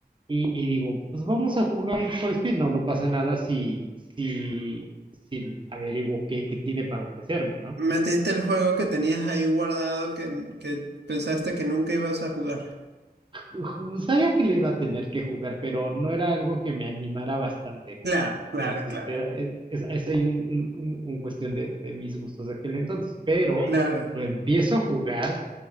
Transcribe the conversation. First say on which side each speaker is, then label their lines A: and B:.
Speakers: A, on the right; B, on the right.
A: y, y digo, pues vamos a jugar Need for Speed. No, no pasa nada si, si, si averiguo qué, qué tiene para ofrecerme, ¿no?
B: Metiste el juego que tenías ahí guardado que, que pensaste que nunca ibas a jugar.
A: <laughs> Sabía que le iba a tener que jugar, pero no era algo que me animara bastante.
B: Claro, claro,
A: Insistiera,
B: claro,
A: es, es- es ahí un, un- un- un cuestión de, de mis gustos de aquel entonces, pero
B: claro.
A: lo empiezo a jugar,